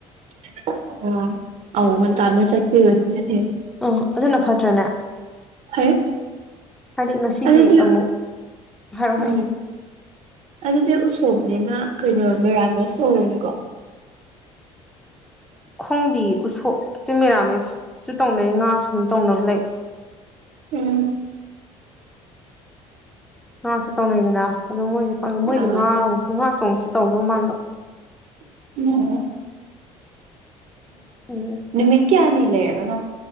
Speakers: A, on the right; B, in the centre.
A: <unintelligible>
B: ꯎꯝ ꯑꯗꯨꯅ ꯐꯠꯇ꯭ꯔꯅꯦ
A: ꯐꯩ
B: ꯍꯥꯏꯗꯤ ꯉꯁꯤꯗꯤ
A: ꯑꯗꯨꯗꯤ
B: ꯑꯃꯨꯛ ꯍꯥꯏꯔꯛꯑꯣ ꯍꯥꯏꯔꯛꯑꯣ
A: ꯎꯝ ꯑꯗꯨꯗꯤ ꯎꯁꯣꯞꯅꯤꯅ ꯀꯩꯅꯣ ꯃꯦꯔꯥꯃꯦꯁ ꯑꯣꯏꯔꯅꯤꯀꯣ
B: ꯈꯪꯗꯤꯌꯦ ꯎꯁꯣꯞꯁꯦ ꯃꯦꯔꯥꯃꯦꯁꯁꯨ ꯇꯧꯅꯩ ꯉꯥꯁꯨ ꯑꯗꯨꯝ ꯇꯧꯅꯕ ꯂꯩ
A: ꯎꯝ
B: ꯉꯥꯁꯨ ꯇꯧꯅꯩꯗꯅ ꯑꯗꯣ ꯃꯣꯏꯁꯨ ꯈꯪꯗꯦ ꯃꯣꯏꯗꯤ
A: ꯑꯥ
B: ꯉꯥ ꯉꯥ ꯆꯣꯡꯉꯛꯁꯨ ꯇꯧꯗꯧ ꯃꯥꯟꯕ
A: <unintelligible>
B: ꯎꯝ
A: ꯅꯨꯃꯤꯠ ꯀꯌꯥꯅꯤ ꯂꯩꯔꯒꯅꯣ